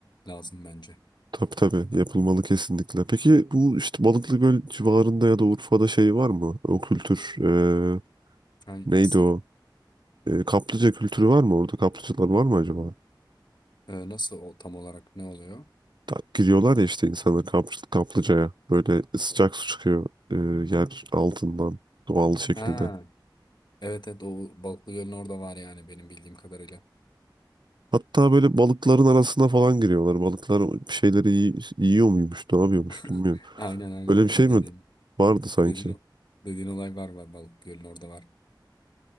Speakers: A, on the left; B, on the right.
A: lazım bence.
B: Tabii tabii yapılmalı kesinlikle. Peki bu işte Balıklıgöl civarında ya da Urfa'da şey var mı? O kültür e,
A: Ay,
B: neydi
A: nasıl?
B: o? E, kaplıca kültürü var mı orada? Kaplıcalar var mı acaba?
A: Ee, nasıl o, tam olarak ne oluyor?
B: Ta- Giriyorlar ya işte insanlar kap, kaplıcaya. Böyle sıcak su çıkıyor e, yer altından doğal şekilde.
A: Ha, evet evet o Balıklı Göl'ün orada var yani benim bildiğim kadarıyla.
B: Hatta böyle balıkların arasına falan giriyorlar. Balıklar bir şeyleri yi- yiyor muymuş, ne yapıyormuş
A: <laughs>
B: bilmiyorum.
A: Aynen aynen
B: Öyle bir şey
A: o
B: mi
A: dediğin.
B: vardı sanki?
A: O dediğin, dediğin olay var var Balıklı Göl'ün orada var.